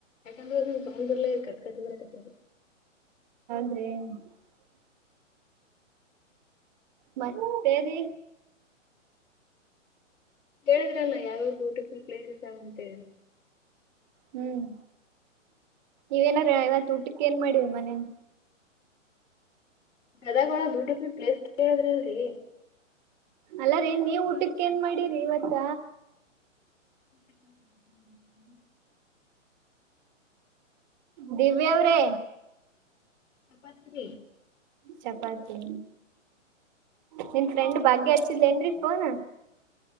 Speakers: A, on the left; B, on the right.
A: ಯಾಕಂದ್ರ ಸೌಂಡ್ ಬರಲ್ಲ ಕಟ್ಕಟ್ ಬರಾಕತ್, ದ್ರಿ
B: <inaudible> ಮತ್ತೇರಿ,
A: ಹೇಳಿದ್ರಲ್ಲ ಯಾವಾವ್ ಬ್ಯೂಟಿಫುಲ್ ಪ್ಲೇಸಸ್ ಆ ವಂತ ಹೇಳಿ,
B: ಹ್ಮ್ ಇವೇನಾರ ಇವತ್ತು ಊಟಕ್ಕ್ ಏನ್ ಮಾಡಿರಿ ಮನೇಗ.
A: ಗದಗ ಒಳ್ಗ ಬ್ಯೂಟಿಫುಲ್ ಪ್ಲೇಸ್ ಕೇಳಿದ್ರಲ್ರರಿ.
B: ಅಲ್ಲಾರೀ ನೀವ್ ಊಟಕ್ಕ ಏನ್ ಮಾಡಿರಿ ಇವತ್ತ.
A: <inaudible>
B: ದಿವ್ಯ ಅವರೇ,
A: ಚಪಾತಿರಿ
B: ಚಪಾತಿ, ನಿನ್ ಫ್ರೆಂಡ್ ಭಾಗ್ಯ ಹಚ್ಚಿದ್ಲೇನ್ರರಿ ಫೋನ್,